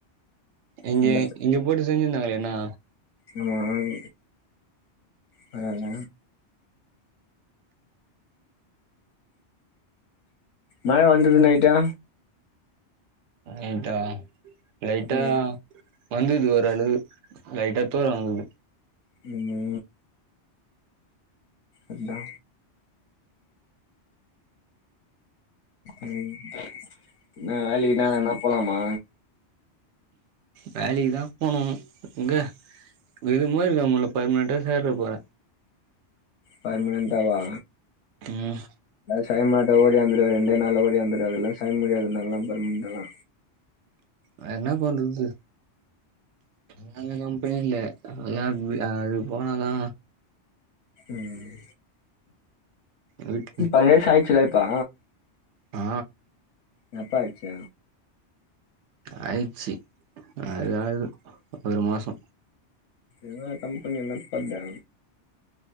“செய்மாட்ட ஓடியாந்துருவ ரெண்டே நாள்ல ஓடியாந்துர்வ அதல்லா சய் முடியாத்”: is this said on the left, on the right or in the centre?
Left